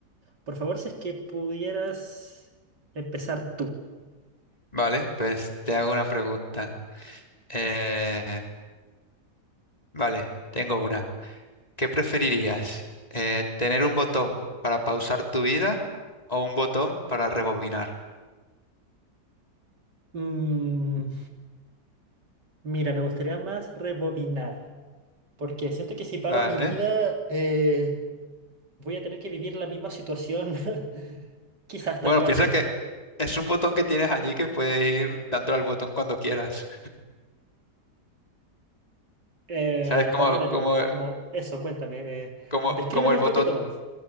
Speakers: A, on the right (about 80°); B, on the left (about 20°).
A: Por favor, si es que pudieras empezar tú.
B: Vale, pues te hago una pregunta. Eh, Vale, tengo una. ¿Qué preferirías? Eh, ¿tener un botón para pausar tu vida o un botón para rebobinar?
A: Mm, mira, me gustaría más rebobinar, porque siento que si paro
B: Vale.
A: mi vida, eh, voy a tener que vivir la misma situación, <laughs> quizás hasta
B: Bueno,
A: cuándo.
B: piensa que es un botón que tienes allí que puedes ir dándole al botón cuando quieras.
A: Eh,
B: ¿Sabes? Como,
A: perdón, Edwin,
B: como,
A: como eso, cuéntame, eh,
B: como,
A: descríbelo
B: como el
A: un
B: botón,
A: poquito más.